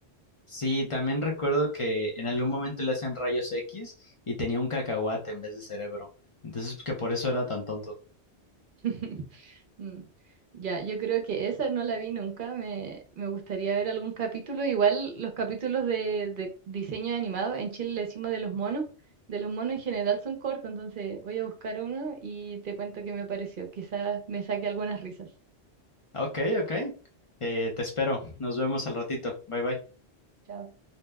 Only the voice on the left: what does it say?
Sí, también recuerdo que en algún momento le hacen rayos X y tenía un cacahuate en vez de cerebro. Entonces, que por eso era tan tonto.
Ok, ok. Eh, te espero. Nos vemos al ratito. Bye bye.